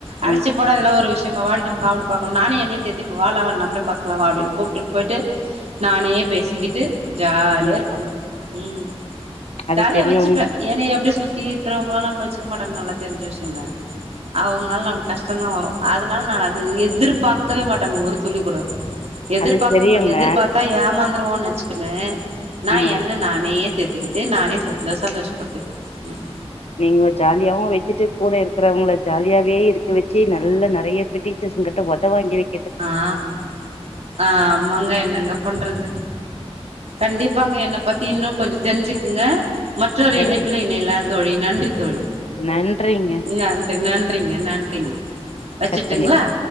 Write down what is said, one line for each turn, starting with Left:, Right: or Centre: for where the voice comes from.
Right: அடச்சீ
Left: ம்,
Right: போடா இதெல்லாம் ஒரு விஷ் யம்ம வாடி நம்ம காமடி பார்ப்போம் நானே என்னைய தேத்திட்டு இப்ப வாள நம்மளே பாத்துக்கலாம் வா அப்பிடின்னு கூப்பிட்டுட்டு போயிட்டு நானேயே பேசிக்கிட்டு ஜாலியா
Left: ம்.
Right: இருப்போங்க உம்
Left: அது
Right: தலைய
Left: தெரியுங்க.
Right: வச்சுப்பேன் ஏன்னா எப்படியு சுத்தி இருக்கிறவங்களாம் நம்மள ச்சிக்க மாட்டாங்கனு நல்லா தெரிஞ்சு விஷ்யோங்க அவங்களால நம்மளுக்கு கஷ்டந்தான் வரும் அதனால நான் அது எதிர்பார்க்கவே மாட்டேங்க ஒரு துளி கூட எதிர்பார்க்கவே
Left: அது தெரியுங்க.
Right: மாட்டும் எதிர் பாத்தா ஏமாந்துருவோன்னு நினைச்சுக்குனு நான்
Left: ம்.
Right: என்ன நானேயே தேத்துக்கிட்டு நானே <unintelligible> சந்தோஷப்படுத்துப்பேன் உம்
Left: நீங்க ஜாலியாவும் வச்சிட்டு கூட இருக்கிறவங்கள ஜாலியாவே இருக் க வச்சு நல்ல நெறைய பேர் டீச்சர்ஸ் உங்கள்ட்ட ஒதவாங்கி வக்
Right: ஆஹ் ஆஹ் ஆமாங்க என்னங்க பண்றது கண்டிப்பாங்க என்னப் பத்தி இன்னும் கொஞ்சோ தெரிஞ்சுக்குங்க மற்றொரு
Left: சரிங்க.
Right: இணைப்பில இணையலாம் தோழி நன்றி தோழி
Left: நன்றிங்க.
Right: நன்றி நன்றிங்க நன் றிங்க வச்சுரட்டுங்களா
Left: கட் பண்ணிடுங்க.